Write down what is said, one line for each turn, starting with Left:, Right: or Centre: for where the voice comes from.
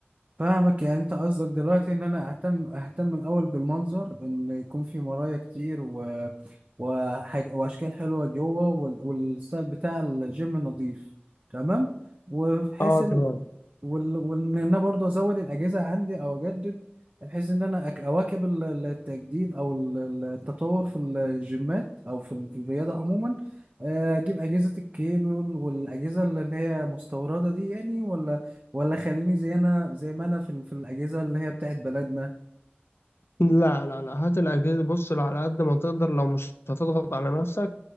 Right: فاهمك يعني انت قصدك دلوقتي ان انا اهتم اهتم الاول بالمنظر ان يكون في مرايا كتير و... وحاج... واشكال حلوه جوه وال... والستايل بتاع الجيم نظيف تمام وبحيث
Left: اه
Right: ال...
Left: تمام
Right: وال... وان انا برضو ازود الاجهزه عندي او اجدد بحيث ان انا أك- اواكب ال- ال- التجديد او ال- ال- التطور في الجيمات او في ال- في الرياضه عموما آه، اجيب اجهزه الكيبل والاجهزه اللي اللي هي مستورده دي يعني ولا ولا خليني زي انا زي ما انا في ال- في الاجهزه اللي هي بتاعت بلدنا
Left: لا لا لا هات الأجهزة بص لو على قد ما تقدر لو مش هتضغط على نفسك